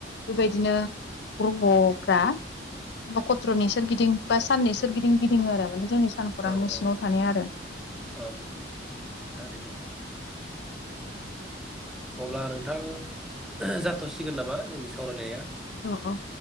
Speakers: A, on the left; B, in the centre.
A: बेबायदिनो ग्रहफ्रा नखत्रनि सोरगिदिं बा साननि सोर गिदिं गिदिङो आरो माने जोंनि सानखौरांनि
B: औ औ
A: सिङाव थानाय आरो
B: औ थारै ओ अब्ला नोंथां जाथ'सिगोन नामा जोंनि सावरायनाया
A: औ औ